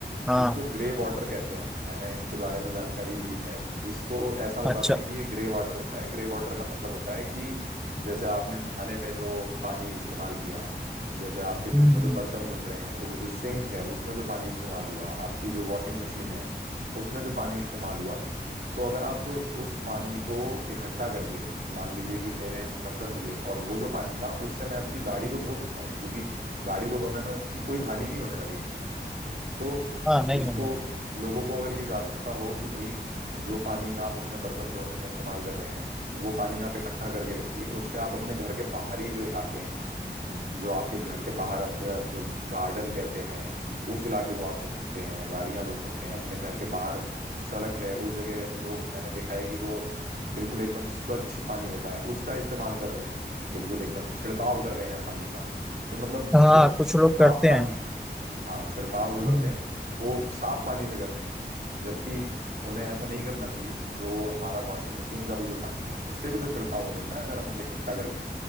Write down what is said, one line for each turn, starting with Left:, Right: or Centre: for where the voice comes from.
Centre: हाँ
Right: इसको ग्रे वाटर कहते हैं मैंने इसके बारे में जानकारी ली है इसको ऐसा
Centre: अच्छा
Right: बताते हैं कि ये ग्रे वाटर होता है ग्रे वाटर का मतलब होता है कि जैसे आपने नहाने में जो पानी इस्तेमाल किया जैसे आपके घर
Centre: हम्म,
Right: में
Centre: हम्म।
Right: जो बर्तन धुल रहे हैं तो वो जो सिंक है उसमें जो पानी इस्तेमाल हुआ आपकी जो वॉशिंग मशीन है उसमें जो पानी इस्तेमाल हुआ तो अगर आप उस पानी को इकट्ठा करके मान लीजिए कि मेरे बर्तन धुले और वो जो पानी था उससे मैं अपनी गाड़ी को धो सकता हूँ क्योंकि गाड़ी को धोने में उसकी कोई हानि नहीं होने वाली गाड़ी की तो
Centre: हाँ नहीं
Right: इसको
Centre: होगा
Right: लोगों को अगर ये जागरूकता हो कि भाई जो पानी आप अपने बर्तन धोने में इस्तेमाल कर रहे हैं वो पानी आप इकट्ठा करके रखिए उससे आप अपने घर के बाहरी जो इलाके हैं जो आपके घर के बाहर आपका जो गार्डन कहते हैं उस इलाके को आप धो सकते हैं गाड़ियां धो सकते हैं अपने घर के बाहर सड़क है उस जगह लोग मैंने देखा है कि जो बिल्कुल एकदम स्वच्छ पानी होता है उसका इस्तेमाल कर रहे हैं बिल्कुल एकदम छिड़काव कर रहे हैं पानी का तो मतलब
Centre: हाँ
Right: जो
Centre: कुछ लोग
Right: साफ
Centre: करते
Right: पानी
Centre: हैं
Right: है हाँ छिड़काव जो करते
Centre: हम्म।
Right: हैं वो साफ पानी से कर रहे हैं लोग जबकि उन्हें ऐसा नहीं करना चाहिए जो हमारा वॉशिंग मशीन का भी जो पानी है उससे भी तो छिड़काव हो सकता है अगर हम उसे इकट्ठा कर लें